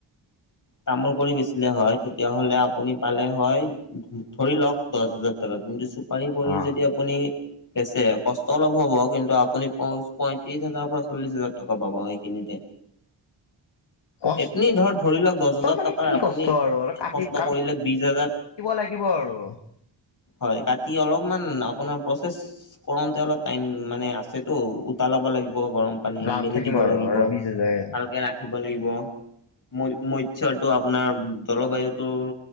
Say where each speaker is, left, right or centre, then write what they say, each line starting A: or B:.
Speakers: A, on the left (about 40°); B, on the left (about 60°).
A: তামোল কৰি বেচিলে হয় তেতিয়াহ'লে আপুনি পালে হয়, ধৰি লওঁক দহ হাজাৰ টকা কিন্তু চুপ চুপাৰি কৰি
B: অ
A: যদি আপুনি বেচে, কষ্ট অলপ হ'ব কিন্তু আপুনি প পয়ত্ৰিশ হাজাৰৰ পৰা চল্লিছ হাজাৰ টকা পাব এইখিনিতে।
B: কষ্ট
A: এইতনি ধৰ ধৰি লওঁক দহ হাজাৰ
B: মানে
A: টকাৰ
B: কি
A: আপুনি
B: কষ্ট আৰু অলপ কাটি
A: কষ্ট
B: কাটিব
A: কৰিলে বিশ হাজাৰ
B: লাগিব আৰু
A: হয়, কাটি অলপমান আপোনাৰ প্ৰচেছ কৰোতে অলপ টাইম মানে আছেতো, উতলাব লাগিব গৰম পানীত,
B: লাভ
A: মেলি
B: থাকিব
A: দিব
B: আৰু
A: লাগিব,
B: আৰু বিশ হাজাৰ
A: ভালকে ৰাখ খিব লাগিব। মই মই শ্বিয়ৰটো আপোনাৰ জলবায়ুটোৰ